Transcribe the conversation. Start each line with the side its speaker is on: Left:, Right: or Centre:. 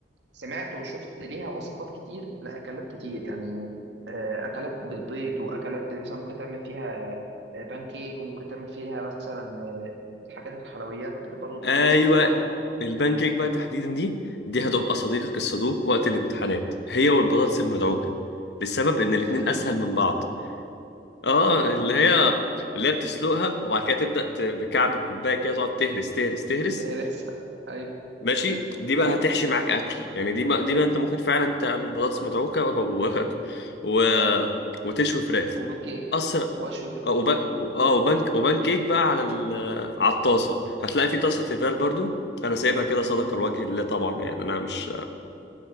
Right: سمعت وشفت ليها وصفات كتير لاكلات كتير يعني آه، اكلات بالبيض واكلات مثلا ممكن تعمل فيها آه، بانكيك وممكن تعمل فيها مثلا آه، الحاجات الحلويات بت- برضه بتخلصها
Left: ايوه
Right: بسرعه
Left: البانكيك بقى تحديدا دي دي هتبقى صديقك الصدوق وقت الامتحانات هي والبطاطس المدعوكه
Right: امم
Left: للسبب ان الاتنين
Right: <laughs>
Left: اسهل من بعض
Right: بس الموضوع
Left: اه اللي
Right: اه
Left: هي اللي هي بتسلقها وبعد كده تبدا ت- بكعب الكوبايه كده تقعد تهرس تهرس تهرس
Right: تهرسها ايوه
Left: ماشي دي بقى هتحشي معاك اكل يعني دي بقى دي بقى انت ممكن فعلا تعمل بطاطس مدعوكه و... <laughs> و... وتشوي فراخ
Right: وبانكيك
Left: اسرع
Right: واشوي كده
Left: اه وب... اه
Right: آه.
Left: وبنك وبان كيك بقى على ال... على الطاسه هتلاقي في طاسه تيفال برضو انا سايبها كده صدقه
Right: امم
Left: لوجه الله طبعا يعني انا مش